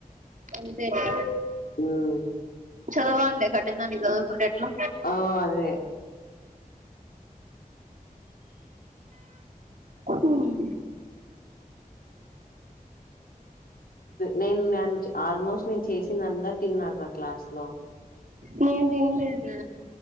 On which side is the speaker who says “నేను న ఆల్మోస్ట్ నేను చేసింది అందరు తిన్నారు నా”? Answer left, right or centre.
Left